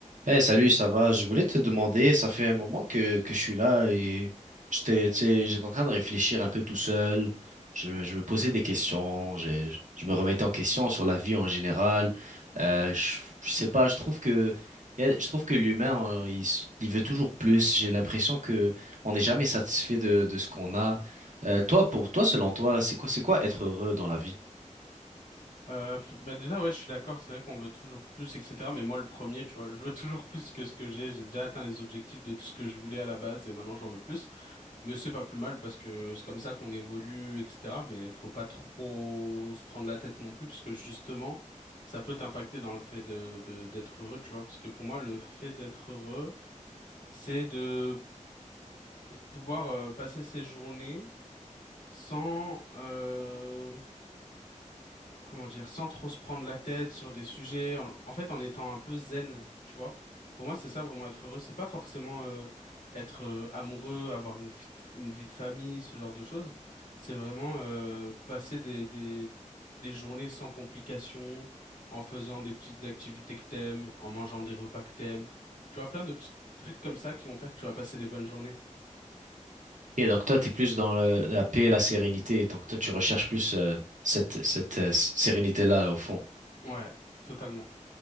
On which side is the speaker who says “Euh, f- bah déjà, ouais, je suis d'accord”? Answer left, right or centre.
Left